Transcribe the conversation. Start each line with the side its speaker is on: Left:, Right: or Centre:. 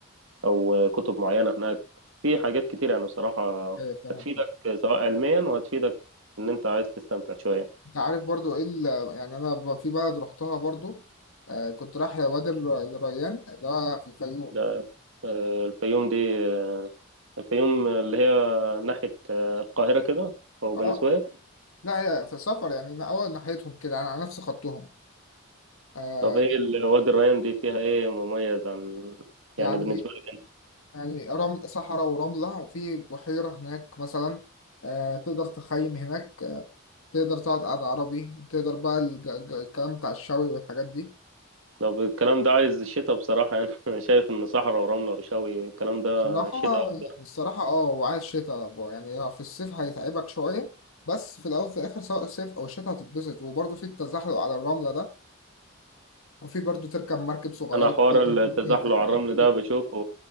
Right: او كتب معينه هناك في حاجات كتير يعني بصراحه
Left: إيه، فاهم
Right: هتفيدك
Left: فاهم.
Right: آه، سواء علميا وهتفيدك ان انت عايز تستمتع شويه
Left: أنت عارف برضو إيه ال... يعني أنا ب- في بلد رحتها برضو آه كنت رايح وادي الر- الريان اللي هو في الفيوم
Right: ده آه، الفيوم دي آه، الفيوم اللي هي ناحيه آه، القاهره كده او بني
Left: أه
Right: سويف
Left: لا هي في سفر يعني أنا أول ناحيتهم كده أنا على نفس خطهم آه
Right: طب ايه ال- وادي الريان دي فيها ايه مميز عن
Left: يعني
Right: يعني بالنسبة لك انت
Left: يعني رم... صحراء ورملة وفي بحيرة هناك مثلا آه تقدر تخيم هناك آه تقدر تقعد قعدة عربي تقدر بقى الج... ج- الكلام بتاع الشوي والحاجات دي
Right: طب الكلام ده عايز شتاء بصراحة يعني <laughs> انا شايف ان صحراء ورملة وشوي الكلام ده
Left: صراحة
Right: شتاء اكتر
Left: يعني الصراحة اه وعايز شتاء بقى. يعني هو في الصيف هيتعبك شوية بس في الأول وفي الآخر سواء الصيف أو الشتاء هتتبسط وبرضه في التزحلق على الرملة ده وفي برضه تركب مركب صغيرة
Right: انا حوار
Left: تقدر
Right: التزحلق
Left: تمشي فيها في البلاد
Right: على الرمل ده بشوفه